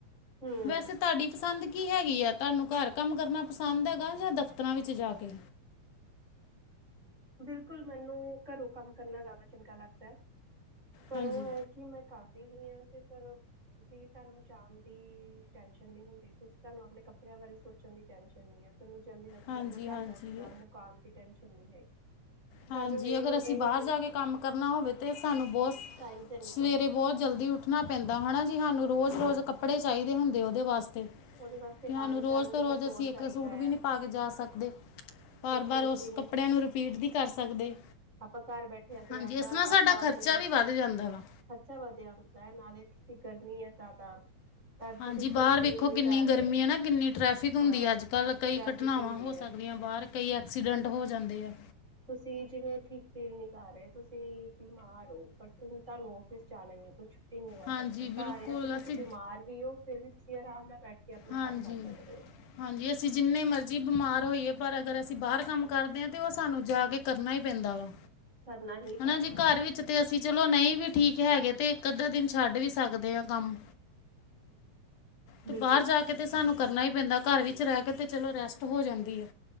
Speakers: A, on the right (about 20°); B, on the left (about 85°).
A: ਹੂੰ
B: ਵੈਸੇ ਤੁਹਾਡੀ ਪਸੰਦ ਕੀ ਹੈਗੀ ਆ, ਤੁਹਾਨੂੰ ਘਰ ਕੰਮ ਕਰਨਾ ਪਸੰਦ ਹੈਗਾ ਜਾਂ ਦਫ਼ਤਰਾਂ ਵਿੱਚ ਜਾ ਕੇ?
A: ਬਿਲਕੁਲ ਮੈਨੂੰ ਘਰੋਂ ਕੰਮ ਕਰਨਾ ਜ਼ਿਆਦਾ ਚੰਗਾ ਲੱਗਦਾ ਐ। ਘਰੋਂ
B: ਹਾਂਜੀ
A: ਐ ਕਿ ਮੈਂ ਕਰਦੀ ਨਈ ਆ ਤੇ ਘਰੋਂ ਤੁਸੀਂ ਤੁਹਾਨੂੰ ਜਾਣ ਦੀ ਟੈਸ਼ਨ ਨਹੀਂ ਹੁੰਦੀ, ਤੁਸੀਂ ਤੁਹਾਨੂੰ ਆਪਣੇ ਕੱਪੜਿਆਂ ਬਾਰੇ ਸੋਚਣ ਦੀ ਟੈਸ਼ਨ ਨਹੀਂ ਐ। ਤਾਨੂੰ ਜਲਦੀ ਜਲਦੀ
B: ਹਾਂਜੀ
A: ਆਪਣਾ ਘਰ
B: ਹਾਂਜੀ
A: ਦਾ ਕੰਮ ਮੁਕਾਨ ਦੀ ਟੈਨਸ਼ਨ ਨਹੀਂ ਹੈਗੀ। ਤੁਹਾਨੂੰ
B: ਹਾਂਜੀ
A: ਇਹ
B: ਅਗਰ
A: ਨਹੀਂ
B: ਅਸੀਂ
A: ਇਹ
B: ਬਾਹਰ
A: ਨਹੀਂ
B: ਜਾ ਕੇ ਕੰਮ ਕਰਨਾ ਹੋਵੇ ਤਾਂ ਸਾਨੂੰ ਬਹੁਤ
A: ਟਾਈਮ ਸਿਰ
B: ਸਵੇਰੇ
A: ਨਿਕਲਣਾ
B: ਬਹੁਤ
A: ਪਏਗਾ
B: ਜਲਦੀ ਉੱਠਣਾ ਪੈਂਦਾ ਹਨਾ ਜੀ, ਹਾਨੂੰ ਰੋਜ਼
A: ਹਾਂ
B: ਰੋਜ਼ ਕੱ ਕੱਪੜੇ ਚਾਹੀਦੇ ਹੁੰਦੇ ਉਹਦੇ ਵਾਸਤੇ।
A: ਉਹਦੇ ਵਾਸਤੇ
B: ਕਿ ਹਾਨੂੰ
A: ਆਣ
B: ਰੋਜ਼
A: ਜਾਣ
B: ਤੋਂ
A: ਲਈ
B: ਰੋਜ਼
A: ਪੈਟਰੋਲ
B: ਅਸੀਂ
A: ਚਾਹੀਦਾ
B: ਇੱਕ ਸੂਟ
A: ਹੈ
B: ਵੀ ਨਹੀਂ ਪਾ ਕੇ ਜਾ ਸਕਦੇ। ਬਾਰ
A: ਇੱਕ
B: ਬਾਰ
A: ਸੂਟ
B: ਉਸ
A: ਵੀ ਨੇ
B: ਕੱਪੜਿਆਂ ਨੂੰ ਰਿਪੀਟ ਨੀ ਕਰ ਸਕਦੇ।
A: ਆਪਾਂ ਘਰ ਬੈਠਿਆਂ ਤੇ
B: ਹਾਂਜੀ,
A: ਆਪਾਂ
B: ਇਸ ਨਾਲ ਸਾਡਾ
A: ਆਪਾਂ ਆਪਣੇ
B: ਖ਼ਰਚਾ ਵੀ ਵੱਧ ਜਾਂਦਾ ਵਾ।
A: ਖਰਚਾ ਵਧੀਆ ਹੁੰਦਾ ਐ, ਨਾਲੇੇ ਕਿਤਨੀ ਗਰਮੀ ਐ ਜ਼ਿਆਦਾ। ਤਾਂ
B: ਹਾਂਜੀ
A: ਤੁਸੀਂ ਠੀਕ
B: ਬਾਹਰ
A: ਫੀਲ
B: ਵੇਖੋ
A: ਨਹੀਂ
B: ਕਿੰਨੀ
A: ਕਰ ਰਹੇ
B: ਗਰਮੀ ਐ ਨਾ, ਕਿੰਨੀ ਟਰੈਫਿਕ ਹੁੰਦੀ
A: ਹਾਂ
B: ਐ, ਅੱਜ-ਕੱਲ ਕਈ
A: ਟ੍ਰੈਫਿਕ
B: ਘਟਨਾਵਾਂ
A: ਹੁੰਦੀ
B: ਹੋ
A: ਹੈ
B: ਸਕਦੀਆਂ। ਬਾਹਰ ਕਈ ਐਕਸੀਡੈਂਟ ਹੋ ਜਾਂਦੇ ਆ।
A: ਤੁਸੀਂ ਜਿਵੇਂ ਠੀਕ ਫੀਲ ਨੀ ਕਰ ਰਹੇ, ਤੁਸੀਂ ਬਿਮਾਰ ਹੋ, ਪਰ ਤੁ ਤੁਹਾਨੂੰ ਓਫਿਸ ਜਾਣਾ ਈ ਏ ਕੁਛ ਰਹਿ
B: ਹਾਂਜੀ
A: ਸਕਦੇ ਘਰ
B: ਬਿਲਕੁਲ
A: ਆ ਕਿ ਤੁਸੀਂ
B: ਅਸੀਂ
A: ਬਿਮਾਰ ਵੀ ਓ, ਫਿਰ ਵੀ ਤੁਸੀਂ ਆਰਾਮ ਨਾਲ ਬੈਠ ਕੇ ਆਪਣਾ
B: ਹਾਂਜੀ
A: ਕੰਮ ਕਰ ਸਕਦੇ ਓ।
B: ਹਾਂਜੀ, ਅਸੀਂ ਜਿੰਨੇ ਮਰਜ਼ੀ ਬਿਮਾਰ ਹੋਈਏ ਪਰ ਅਗਰ ਅਸੀਂ ਬਾਹਰ ਕੰਮ ਕਰਦੇ ਆ ਤਾਂ ਉਹ ਸਾਨੂੰ ਜਾ ਕੇ ਕਰਨਾ ਹੀ ਪੈਂਦਾ ਵਾ,
A: ਕਰਨਾ ਹੀ ਪੈਣਾ
B: ਹਨਾ ਜੀ
A: ਆ
B: ਘਰ ਵਿੱਚ ਤੇ ਅਸੀਂ ਚਲੋ ਨਹੀਂ ਵੀ ਠੀਕ ਹੈਗੇ ਤੇ ਇੱਕ ਅੱਧਾ ਦਿਨ ਛੱਡ ਵੀ ਸਕਦੇ ਹਾਂ ਕੰਮ।
A: ਬਿਲਕੁਲ
B: ਤੇ ਬਾਹਰ ਜਾ ਕੇ ਤਾਂ ਸਾਨੂੰ ਕਰਨਾ ਹੀ ਪੈਂਦਾ, ਘਰ ਵਿੱਚ ਰਹਿ ਕੇ ਤੇ ਚਲੋ ਰੈਸਟ ਹੋ ਜਾਂਦੀ ਐ।